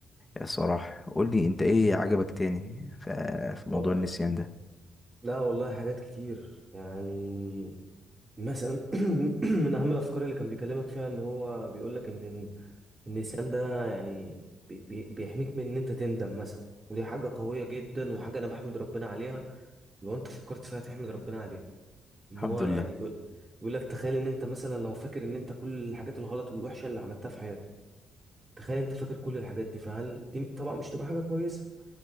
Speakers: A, on the left (about 20°); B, on the right (about 25°).
A: الصراحة قول لي انت ايه عجبك تاني ف- في موضوع
B: أه،
A: النسيان ده
B: لا والله حاجات كتير يعني مثلا <clears throat> من اهم الافكار اللي كان بيكلمك فيها ان هو بيقول لك ان إن النسيان ده يعني بي- بي- بيحميك من ان انت تندم مثلا ودي حاجه قويه جدا وحاجه انا بحمد ربنا عليها لو انت فكرت فيها تحمد ربنا عليها ان
A: الحمد
B: هو
A: لله
B: يعني بيقول بيقول لك تخيل ان انت مثلا لو فاكر ان انت كل الحاجات الغلط والوحشه اللي عملتها في حياتك تخيل انت فاكر كل الحاجات دي فهل دي طبعا مش تبقى حاجه كويسه